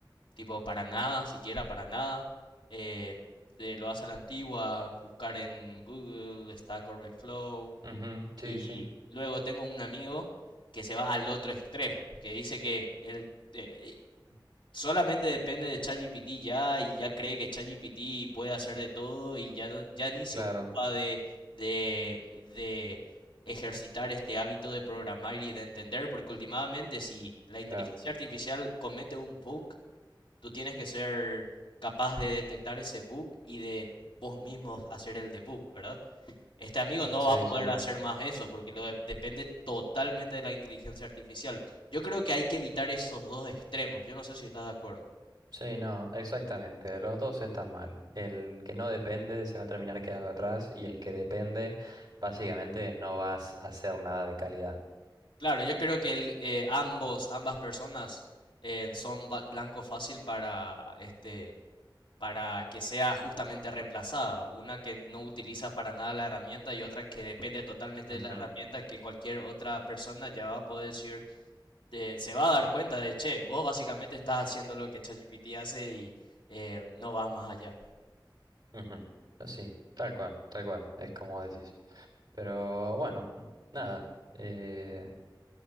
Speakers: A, on the left; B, on the right.
A: tipo para nada, siquiera para nada. eh, eh, lo hace a la antigua, buscar en Google, Stack Overflow.
B: Ujú, Sí,
A: Y
B: sí,
A: luego tengo un amigo que se va al otro extremo, que dice que él, eh, solamente depende de ChatGPT ya y ya cree que ChatGPT puede hacer de todo y ya, no- ya ni se
B: claro,
A: ocupa de, de, de ejercitar este hábito de programar y de entender, porque últimamente si la inteligencia
B: claro.
A: artificial comete un bug, tú tienes que ser capaz de detectar ese bug y de vos mismos hacer el debug, ¿verdad? Este amigo no
B: Sí,
A: va a poder
B: sí.
A: Ujú. hacer más eso porque lo de- depende totalmente de la inteligencia artificial. Yo creo que hay que evitar esos dos extremos. Yo no sé si estás de acuerdo.
B: Sí, no, exactamente. Los dos están mal. El que no depende se va a terminar quedando atrás y el que depende, básicamente no vas a hacer nada de calidad.
A: Claro, yo creo que el, eh, ambos, ambas personas eh, son ba- blanco fácil para, este, para que sea justamente reemplazada. Una que no utiliza para nada la herramienta y otra que depende totalmente
B: Ujú,
A: de la herramienta que cualquier otra persona ya va a poder decir, eh, se va a dar cuenta de, che, vos básicamente estás haciendo lo que ChatGPT hace y eh, no vas más allá.
B: ujú. Sí, tal cual, tal cual, es como decís. Pero bueno, nada. Eh,